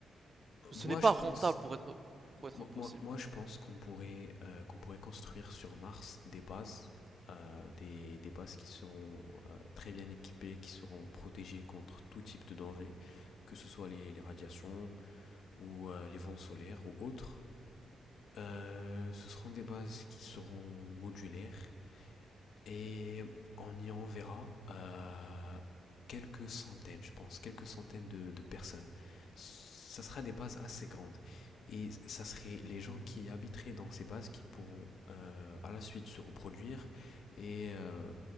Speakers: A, on the right; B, on the left.
A: Ce
B: Moi,
A: n'est pas
B: je pense,
A: rentable pour être, pour être
B: moi,
A: possible.
B: moi, moi, je pense qu'on pourrait, euh, qu'on pourrait construire sur Mars des bases, euh, des, des bases qui seront euh, très bien équipées, qui seront protégées contre tout type de danger, que ce soit les, les radiations, ou euh, les vents solaires ou autres. Euh, ce seront des bases qui seront modulaires et on y enverra euh, quelques centaines, je pense, quelques centaines de, de personnes. Ça sera des bases assez grandes. Et ça serait les gens qui habiteraient dans ces bases qui pourront euh, à la suite se reproduire et euh,